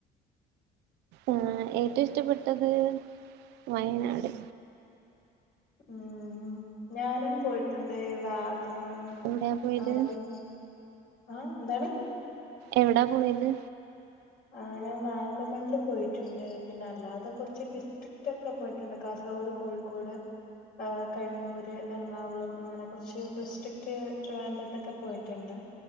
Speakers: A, on the right; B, on the left.
A: ആഹ് ഏറ്റവും ഇഷ്ടപ്പെട്ടത് വയനാട്
B: ഉം ഞാനും പോയിട്ടുണ്ട് ഈ വാഗ് ഗമൺ
A: എവിടെയാ പോയത്
B: ആ പിൻ ആഹ് എന്താണ്
A: എവിടാ പോയത്
B: ആഹ് ഞാൻ വാഗമണ്ണില് പോയിട്ടുണ്ട് പിന്നെ അല്ലാതെ കുറച്ച് ഡിസ്ട്രിക്റ്റ് ഒക്കെ പോയിട്ടുണ്ട് കാസർഗോട് കോഴിക്കോട് ആഹ് കണ്ണൂര് എറണാകുളം അങ്ങനെ കുറച്ച് ഡിസ്ട്രിക്റ്റ് ട്രിവാൻഡ്രത്തൊക്കെ പോയിട്ടുണ്ട്